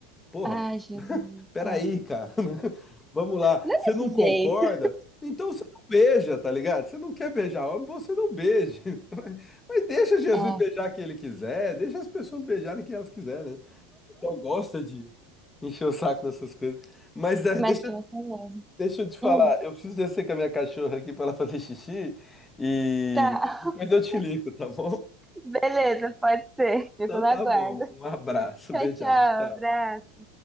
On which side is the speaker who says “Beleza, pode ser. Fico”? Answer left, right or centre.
Centre